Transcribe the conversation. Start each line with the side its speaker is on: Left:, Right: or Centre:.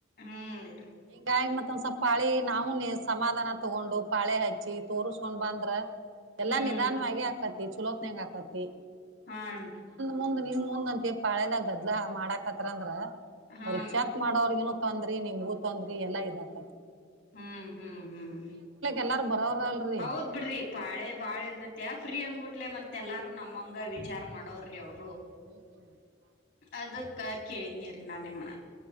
Left: ಹ್ಮ್
Right: ನೀ ಗಾಯ ಮತ್ತ ಮೊಂದ್ ಸ್ವಲ್ ಪಾಳಿ ನಾವವು ಸಮಾಧಾನ ತಗೊಂಡು ಪಾಳೆ ಹಚ್ಚಿ ತೋರ್ಸ್ಕೊಂಡ್ ಬಂದ್ರ. ಎಲ್ಲಾ
Left: ಹ್ಮ್
Right: ನಿಧಾನವಾಗಿ ಹಾಕತ್ತರಿ. ಚಲೋ ನ ಹಾಕತಿ.
Left: ಹಾ <inaudible>
Right: ಮುಂದ್ ನಿನ್ ಮುಂದ್ ಅಂತ ಪಾಳೆದಾಗ ಗದ್ಲ ಮಾಡಾಕತ್ರ ಅಂದ್ರ
Left: ಹಾನ್ರಿ
Right: <inaudible> ಅವ್ರಿಗೆ ಚೆಕ್ ಮಾಡೋರ್ಗೆ ಅವ್ರಾಗ್ ತೊಂದ್ರಿ ನಿಮಗೂ ತೊಂದ್ರಿ ಎಲ್ಲಾ .
Left: ಹ್ಮ್ ಹ್ಮ್ ಹ್ಮ್
Right: ಎಲ್ಲಾರು ಬರೋರಲ್ರಿ
Left: ಹೌದ್ ಬಿಡ್ರಿ ಪಾಳೆ ಬಾಳ ಇರ್ತತ ಫ್ರೀ ಅನ್ಬಿಟ್ಟ. ಕುಡ್ಲೆ ಮತ್ ಎಲ್ಲಾರೂ ನಮ್ಮಂಗ ವಿಚಾರ ಮಾಡೋವ್ರೀ ಅವ್ರು .
Right: <unintelligible>
Left: ಅದಕ ಕೇಳಿನಿ ರೀ ನಾನ ನಿಮ್ಮನ.